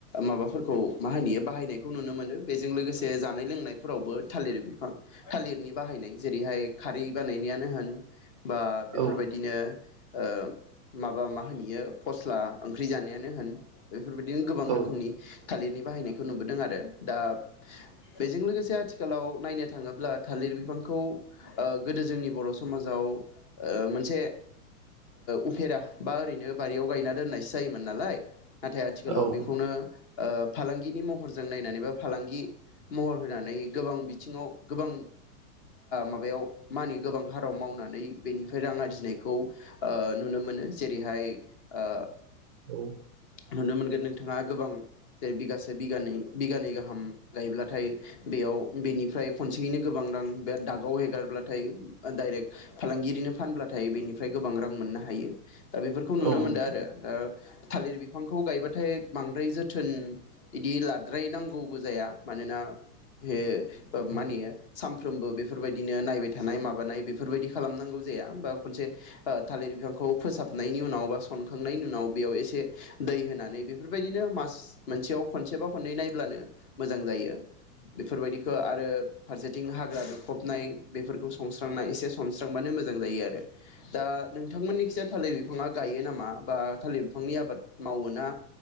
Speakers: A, on the left; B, on the right.
A: माबाफोरखौ मा होनोयो बाहायनायखौ नुनो मोनो बेजों लोगोसे जानाय लोंनायफोरावबो थालिर बिफां थालिरनि बाहायनाय जेरैहाय खारै बानायनायानो होन बा बेफोरबायदिनो
B: औ
A: ओ माबा मा होनो बेयो फस्ला ओंख्रि जानायानो होन बेफोरबायदिनो गोबां
B: औ
A: रोखोमनि थालिरनि बाहायनायखौ नुबोदों आरो दा बेजों लोगोसे आथिखालाव नायनो थाङोब्ला थालिर बिफांखौ गोदो जोंनि बर' समाज आव मोनसे उफेरा बा ओरैनो बारियाव गायना दोननायसो जायोमोन नालाय नाथाय आथिखालाव
B: औ
A: बेखौनो ओ फालांगिनि महरजों नायनानै बा फालांगि महर होनानै गोबां बिथिंङाव गोबां माबायाव मानि गोबां हार आव मावनानै बेनिफ्राय रां आरजिनायखौ नुनो मोनो जेरैहाय ओ
B: औ
A: नुनो मोनगोन नोंथांङा गोबां जेरै बिगासे बिगानै बिगानै गाहाम गायब्लाथाय बेयाव बेनिफ्राय खनसेयैनो गोबां रां बेराद दागाव हेगारब्लाथाय डाइरेक्ट फालांगिरिनो फानब्लाथाय बेनिफ्राय गोबां रां मोननो हायो दा बेफोरखौ नुनो
B: औ
A: मोनदों
B: नोंथां
A: आरो दा थालिर बिफांखौ गायबाथाय बांद्राय जोथोन इदि लाद्रायनांगौबो जाया मानोना बे
B: औ
A: मानियो सानफ्रोमबो बे बेफोरबायदिनो नायबाय थानाय माबा माबानाय बेफोरबायदि खालामनांगौ जाया बा खनसे थालिर बिफांखौ फोसाबनायनि उनाव बा सनखांनायनि उनाव बेयाव एसे दै होनानै बेफोरबायदिनो मास मोनसेयाव खनसेबा खननै नायब्लानो मोजां जायो बेफोरबायदिखौ आरो फारसेथिं हाग्रा दु फबनाय बेफोरखौ सनस्रांना एसे सस्रांबानो मोजां जायो आरो दा नोंथांमोननिखिया थालिर बिफाङा गायो नामा बा थालिर बिफांनि आबाद मावोना